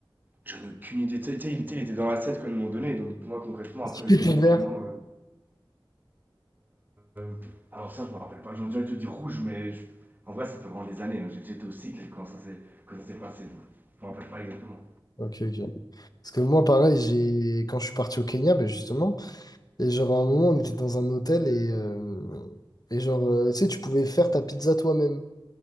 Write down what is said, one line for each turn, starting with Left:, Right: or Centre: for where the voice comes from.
Right: J'en ai aucune idée. Tu sais, il était il était dans la 7 quand ils m'ont donné. Donc, pour moi, concrètement, après, le
Left: Pépé
Right: nom du
Left: vert.
Right: piment. euh, euh, alors, ça, je me rappelle pas. J'en dirais te dire rouge, mais je- en vrai, ça fait vraiment des années. hein. J'étais j'étais au cycle quand ça s'est quand ça s'est passé. Donc, je me rappelle pas exactement.
Left: Ok, ok. Parce que moi, pareil, j'ai quand je suis parti au Kenya, ben justement, et genre à un moment, on était dans un hôtel et, euh, et genre, euh, tu sais, tu pouvais faire ta pizza toi-même.